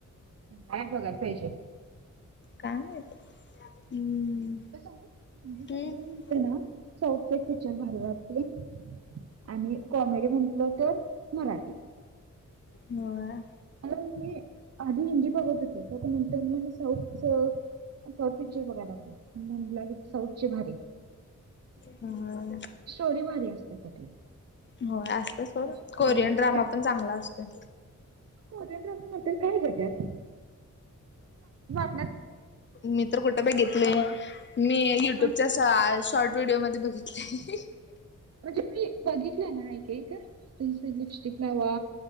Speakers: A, on the right (about 55°); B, on the left (about 40°).
A: हा बघायला पाहिजे.
B: काय माहित. हम्म
A: सते
B: हम्म
A: ना स पिक्चर भर लागते <unintelligible> आणि कॉमेडी म्हटलं तर मराठी.
B: होय.
A: मी आधी हिंदी बघत होते काण म्हण मला साऊथच तो पिच्चर बघा लागलोय. म्हणलं के साऊतची भारी
B: होय
A: स्टोरी भारी असते त्यातली.
B: होय असतय सोड
A: म्हणजे
B: कोरियन
A: इव्हन
B: ड्रामा
A: फॅमिली
B: पण चांगला असतोय.
A: कोरियन ड्रामा म्हणत्यात काय आहे ग त्यात? <unintelligible>
B: मी तर कुठे बेघितलेय मी युट्यूबच्या
A: असं
B: सा शॉर्ट व्हीडिओ मध्ये बघितलय.
A: म्हणजे मी बघितलं ना ऐकक, तुमचं लिपस्टिक लावा.